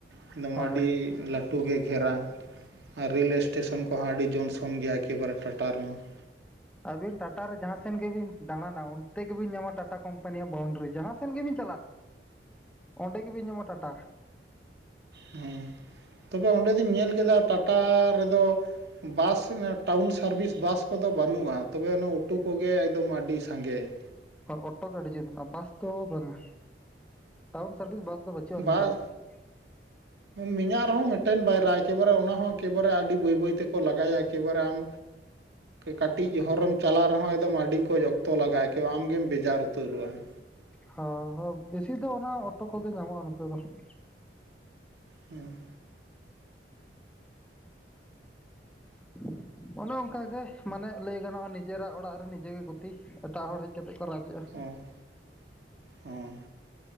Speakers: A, on the right (about 70°); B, in the centre.
A: ᱮᱠᱫᱚᱢ
B: ᱦᱳᱭ
A: ᱟᱹᱰᱤ ᱞᱟᱹᱴᱩ ᱜᱷᱮᱨᱟ ᱟᱨ ᱨᱮᱹᱞ ᱮᱥᱴᱮᱥᱚᱱ ᱠᱚᱦᱚᱸ ᱟᱹᱰᱤ ᱡᱚᱱᱥᱚᱱ ᱜᱮᱭᱟ ᱮᱠᱮᱵᱟᱨᱮ ᱴᱟᱴᱟ ᱨᱮᱢᱟ ᱾
B: ᱟᱹᱵᱤᱱ ᱴᱟᱴᱟᱨᱮ ᱡᱟᱦᱟᱸ ᱥᱮᱱ ᱜᱮᱵᱤᱱ ᱫᱟᱬᱟᱱᱟ ᱩᱱ ᱠᱟᱛᱮ ᱜᱮᱵᱮᱱ ᱧᱟᱢᱟ ᱴᱟᱴᱟ ᱠᱳᱢᱯᱟᱱᱤᱭᱟᱜ ᱵᱟᱣᱩᱱᱰᱨᱤ ᱡᱟᱦᱟᱸ ᱥᱮᱫ ᱜᱮᱵᱤᱱ ᱪᱟᱞᱟᱜ ᱚᱸᱰᱮ ᱜᱮᱵᱮᱱ ᱧᱟᱢᱟ ᱴᱟᱴᱟ
A: ᱦᱩᱸ ᱛᱚᱵᱮ ᱚᱸᱰᱮ ᱫᱩᱧ ᱧᱮᱞ ᱠᱮᱫᱟ ᱴᱟᱴᱟ ᱨᱮᱫᱚ ᱵᱟᱥ ᱴᱟᱣᱩᱱ ᱥᱟᱨᱵᱷᱤᱥ ᱵᱟᱥ ᱠᱚᱫᱚ ᱵᱟᱹᱱᱩᱜᱼᱟ ᱾ ᱛᱚᱵᱮ ᱚᱱᱟ ᱩᱴᱩ ᱠᱚᱜᱮ ᱮᱠᱫᱚᱢ ᱟᱹᱰᱤ ᱥᱟᱸᱜᱮ ᱾
B: ᱦᱳᱭ ᱚᱴᱚ ᱜᱮ ᱟᱹᱰᱤ ᱡᱳᱨ ᱜᱮ, ᱵᱟᱥ ᱫᱚ ᱵᱟᱝᱟ ᱴᱟᱣᱩᱱ ᱥᱟᱨᱵᱷᱤᱥ ᱵᱟᱥ ᱫᱚ ᱵᱟᱹᱪᱩᱜᱼᱟᱱ
A: ᱵᱟᱥ
B: ᱜᱮᱭᱟ᱾ <inaudible>
A: ᱢᱮᱱᱟᱜ ᱨᱮᱦᱚᱸ ᱢᱤᱫᱴᱮᱱ ᱵᱟᱭᱨᱟ ᱮᱠᱮᱵᱟᱨᱮ ᱚᱱᱟᱦᱚᱸ ᱮᱠᱮᱵᱟᱨᱮ ᱟᱹᱰᱤ ᱵᱟᱹᱭ ᱵᱟᱹᱭ ᱛᱮᱠᱚ ᱞᱟᱜᱟᱭᱟ ᱮᱠᱮᱵᱟᱨᱮ ᱟᱢ ᱠᱟᱹᱴᱤᱡᱽ ᱦᱚᱨᱮᱢ ᱪᱟᱞᱟᱜ ᱨᱮᱦᱚᱸ ᱮᱠᱫᱚᱢ ᱟᱹᱰᱤ ᱠᱚ ᱡᱚᱠᱛᱚ ᱞᱟᱜᱟᱭ ᱟᱢᱜᱮᱢ ᱵᱮᱡᱟᱨ ᱩᱛᱟᱹᱨᱚᱜᱼᱟ ᱾
B: ᱦ ᱦᱚ ᱵᱮᱥᱤ ᱫᱚ ᱚᱱᱟ ᱚᱴᱚ ᱠᱚᱜᱮ ᱧᱟᱢᱚᱜᱼᱟ ᱱᱚᱛᱮ ᱫᱚ ᱾
A: ᱦᱩᱸ
B: <inaudible> ᱚᱱᱮ ᱚᱱᱠᱟᱜᱮ ᱢᱟᱱᱮ ᱞᱟᱹᱭ ᱜᱟᱱᱚᱜᱼᱟ ᱱᱤᱡᱮᱨᱟᱜ ᱚᱲᱟᱜ ᱨᱮ ᱱᱤᱡᱮ ᱜᱩᱛᱤ ᱮᱴᱟᱜ ᱦᱚᱲ ᱦᱮᱡᱽ ᱠᱟᱛᱮᱫ ᱠᱚ ᱨᱟᱡᱽ ᱮᱜᱼᱟ᱾
A: ᱦᱩᱸ ᱦᱩᱸ